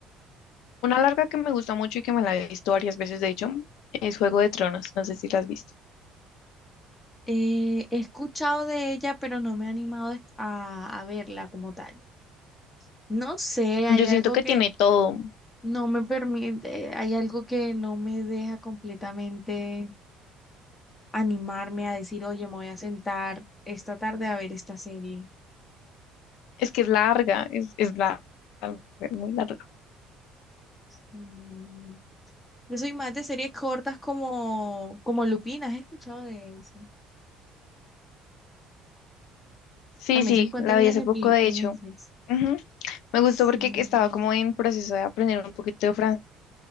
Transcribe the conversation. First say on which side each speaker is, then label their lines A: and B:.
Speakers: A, on the left; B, on the left.
A: Una larga que me gusta mucho y que me la he visto varias veces, de hecho, es Juego de Tronos, no sé si la has visto.
B: Eh, he escuchado de ella, pero no me he animado a, a verla como tal. No sé,
A: Yo
B: hay algo
A: siento que
B: que
A: tiene todo,
B: no me permite, hay algo que no me deja completamente animarme a decir, oye, me voy a sentar esta tarde a ver esta serie.
A: es que es larga, es, es larga, es muy larga.
B: Mm, Yo soy más de series cortas como, como Lupin, ¿has escuchado de eso?
A: Sí,
B: También
A: sí,
B: se encuentra
A: la
B: en
A: vi
B: Neje-
A: hace poco, de
B: Netflix.
A: hecho. Ujú. Me gustó
B: Sí.
A: porque que estaba como en proceso de aprender un poquito de francés